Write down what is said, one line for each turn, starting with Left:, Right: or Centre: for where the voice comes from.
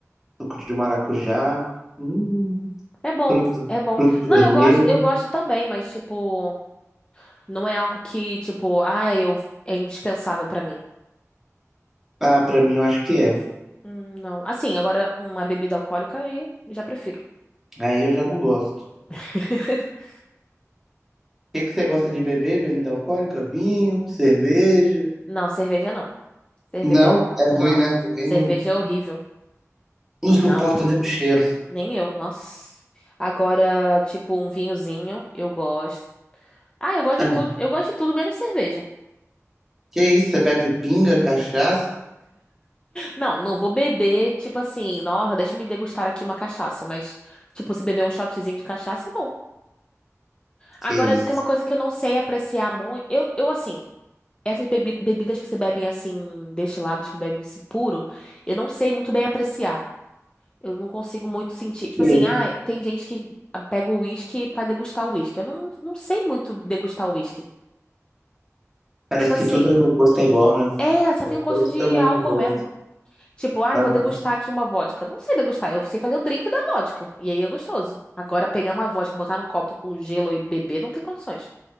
Centre: Suco de maracujá, hum,
Left: É bom,
Centre: frutos,
Left: é bom.
Centre: frutos
Left: Não,
Centre: vermelhos.
Left: eu gosto, eu gosto também, mas, tipo, não é algo que, tipo, ah, eu é indispensável pra mim.
Centre: Ah, pra mim eu acho que é.
Left: Hum, não. Assim, agora uma bebida alcoólica aí já prefiro.
Centre: Aí eu já não gosto. O
Left: <laughs>
Centre: que que você gosta de beber? Bebida alcoólica? Vinho? Cerveja?
Left: Não, cerveja não. Cerveja
Centre: Não,
Left: não,
Centre: é
Left: não.
Centre: ruim, né? Também
Left: Cerveja
Centre: não,
Left: é horrível.
Centre: não suporto
Left: Não,
Centre: nem o cheiro.
Left: nem eu, nossa. Agora, tipo, um vinhozinho, eu gosto. Ah, eu gosto
Centre: Ah,
Left: de tudo. Eu gosto de tudo menos cerveja.
Centre: que isso? Você bebe pinga, cachaça?
Left: Não, não vou beber, tipo assim, nossa, deixa eu me degustar aqui uma cachaça, mas, tipo, se beber um shotzinho de cachaça é bom. Agora,
Centre: Que isso?
Left: tem uma coisa que eu não sei apreciar muito. Eu, eu assim, essas bebi- bebidas que se bebem assim, destilados que bebem esse puro, eu não sei muito bem apreciar. Eu não consigo muito sentir. Tipo
Centre: Sim.
Left: assim, ah, tem gente que pega o uísque pra degustar o uísque. Eu não, não sei muito degustar o uísque.
Centre: Parece
Left: Tipo assim,
Centre: que tudo o gosto é igual, né?
Left: é, só tem gosto
Centre: Todos
Left: de
Centre: têm o mesmo
Left: álcool
Centre: gosto.
Left: mesmo. Tipo, ai,
Centre: Aham.
Left: vou degustar aqui uma vodka. Não sei degustar, eu sei fazer o drink da vodka. E aí é gostoso. Agora, pegar uma vodka, botar num copo com gelo e beber, não tem condições.